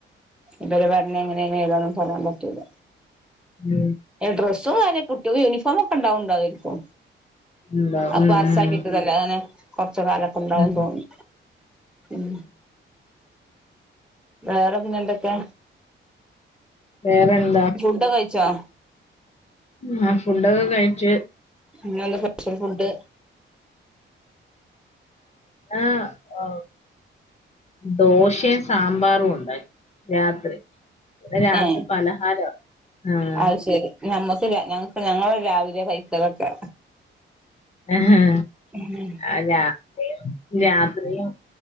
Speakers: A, in the centre; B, on the left.
A: ഇബരെ ഭരണം എങ്ങനേണ് ഏതാന്ന് പറയാം പറ്റൂല്ല
B: ഉം
A: ഡ്രസ്സും കാര്യ കുട്ട്യാക്ക് യൂണിഫോമൊക്കെ ഉണ്ടാവണ്ടാവരിക്കും
B: ഉം
A: ആ
B: ഉം
A: പാസാക്കിട്ടതല്ലെ
B: ഉം
A: തഅങ്ങനെ കൊർച്ച് കാലൊക്കെ ണ്ടാവും
B: ഉം
A: തോന്നി ഉം വേറെ പിന്നെ ന്തൊക്കെ
B: വേറെ എന്
A: ഫുഡ്ഡോ കൈച്ചോ
B: മ് ആഹ് ഫുഡൊക്കെ കൈച്ച്
A: ഇന്നെന്താ സ്പെഷൽ ഫുഡ്
B: ആഹ് ഓഹ് ദോശേം സാമ്പാറും ഒണ്ടായി രാത്രി ഇബിടെ രാത്രി
A: ഏ
B: പലഹാര ആഹ്
A: അത് ശരി ഞമ്മക്ക് ഞങ്ങക്ക് ഞങ്ങള് രാവിലേ കൈക്കലൊക്കെ
B: ആഹാ
A: ഏഹ്
B: അല്ലാ ഞാന് രാത്രീം